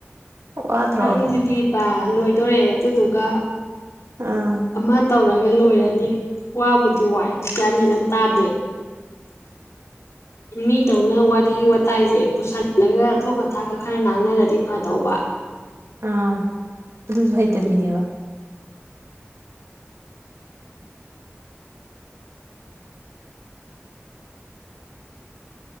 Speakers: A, on the right; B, on the left.
A: ꯋꯥꯗ꯭ꯔꯣ
B: ꯅꯪꯁꯤꯗꯤ ꯕꯥ ꯂꯣꯏꯗꯣꯔꯦ ꯑꯗꯨꯗꯨꯒ
A: ꯑꯥ
B: ꯑꯃ ꯇꯧꯔꯒ ꯂꯣꯏꯔꯅꯤ ꯋꯥꯕꯨꯗꯤ ꯋꯥꯏ ꯒꯌ꯭ꯥꯟ ꯃꯦꯟ ꯑꯝ ꯇꯥꯗꯦ ꯃꯤꯗꯧꯅ ꯋꯥꯔꯤ ꯋꯥꯇꯥꯏꯁꯦ ꯄꯨꯁꯤꯜꯂꯒ ꯊꯣꯛꯀ ꯊꯥꯛꯀ ꯈꯔ ꯉꯥꯡꯅꯔꯗꯤ ꯐꯗꯧꯕ
A: ꯑꯥ ꯑꯗꯨꯁꯨ ꯍꯩꯇꯕꯤꯅꯦꯕ